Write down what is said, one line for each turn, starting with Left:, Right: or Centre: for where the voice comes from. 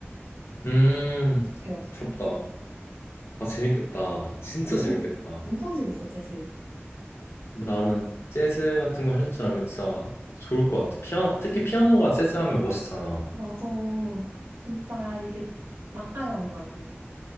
Left: 음,
Right: 배웠어.
Left: 부럽다. 아, 재밌겠다. 진짜
Right: 엄청
Left: 재밌겠다.
Right: 재밌- 엄청 재밌어 재즈.
Left: 나는 재즈 같은 거 할 줄 알면 진짜 좋을 것 같아. 피아, 특히 피아노가 재즈 하면 멋있잖아.
Right: 맞아. 진짜 이게 맛깔난다고.